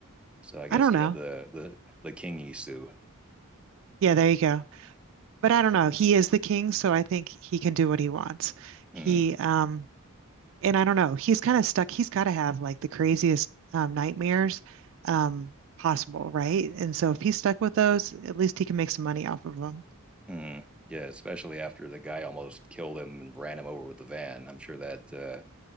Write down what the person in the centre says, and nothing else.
so i guess
he
had the the the kingy sue
Mm,
mm. Yeah, especially after the guy almost killed him and ran him over with the van. I'm sure that uh,